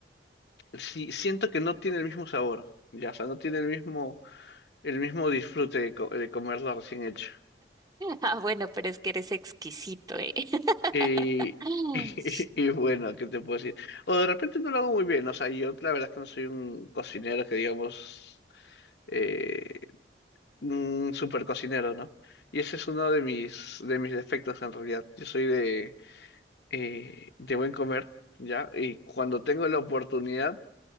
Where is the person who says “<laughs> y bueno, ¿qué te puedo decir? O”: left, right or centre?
Left